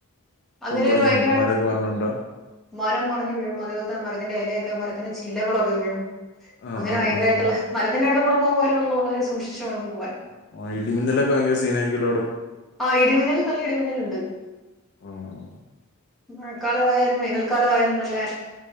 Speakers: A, in the centre; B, on the left.
A: അങ്ങനെരു
B: കൊമ്പടിഞ്ഞുണ്ട്
A: വയങ്കരവായി
B: മരമൊക്കെ പറഞ്ഞുകൊണ്ടാ
A: മരം മറിഞ്ഞു വീഴും അതേപോലത്തെ മരത്തിന്റെ എലയെ എമറ് പിന്നെ ചില്ലകളൊക്കെ വീഴും
B: ആ
A: അങ്ങനെ
B: ആ
A: വയങ്കരായിട്ട്ള്ള
B: ആ
A: മരത്തിന്റെ അടുത്ത് കൂടെ ഇപ്പൊ വരുവന്നുള്ളേൽ സൂക്ഷിച്ചു വേണം പുവ്വാൻ
B: ആഹ് ഇടിമിന്നലൊക്കെ വയങ്കര സീനായിരിക്കൂല്ലോ അവിടെ
A: ആഹ് ഇടിമിന്നലും നല്ല ഇടിമിന്നല്ണ്ട്
B: ആഹ്
A: മഴക്കാലമായാ വേനൽക്കാലം ആയിരുന്നല്ലേ